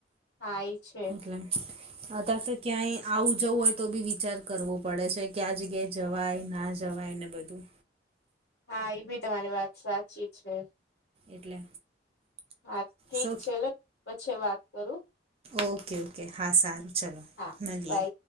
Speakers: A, on the left; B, on the right.
A: હા એ છે
B: એ અત તો ક્યાંય આવું જવું હોય તો બી વિચાર કરવો પડે છે કે આ જગ્યાએ જવાય ના જવાય ને બધું
A: હા એ ભી તમારી વાત સાચી છે
B: એટલે
A: હા ઠીક
B: સો
A: છે એલે પછી વાત કરું
B: ઓકે ઓકે હા સારું ચલો
A: હા
B: મળીએ
A: બાય